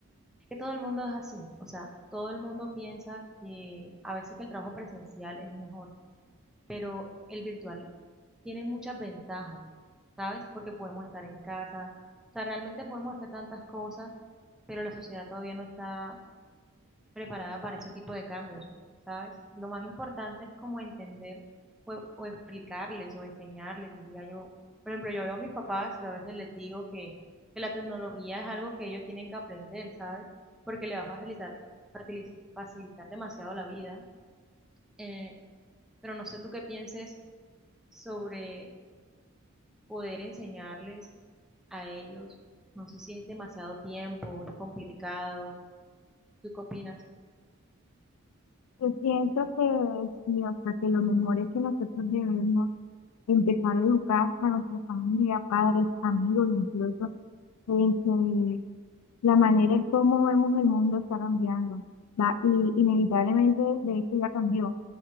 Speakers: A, in the centre; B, on the left.
A: que todo el mundo es así, o sea, todo el mundo piensa que a veces que el trabajo presencial es mejor, pero el virtual tiene muchas ventajas, ¿sabes? Porque podemos estar en casa, o sea, realmente podemos hacer tantas cosas, pero la sociedad todavía no está preparada para ese tipo de cambios, ¿sabes? Lo más importante es como entender o, o explicarles o enseñarles, diría yo. Por ejemplo, yo veo a mis papás, yo a veces les digo que, que la tecnología es algo que ellos tienen que aprender, ¿sabes? Porque le va a facilitar, fatili- facilitar demasiado la vida. Eh, pero no sé tú qué pienses sobre poder enseñarles a ellos. No sé si es demasiado tiempo, es complicado. ¿Tú qué opinas?
B: Yo siento que sí, o sea, que lo mejor es que nosotros debemos empezar a educar a nuestra familia, padres, amigos, incluso, en que la manera en cómo vemos el mundo está cambiando. Va, y inevitablemente, de hecho, ya cambió. O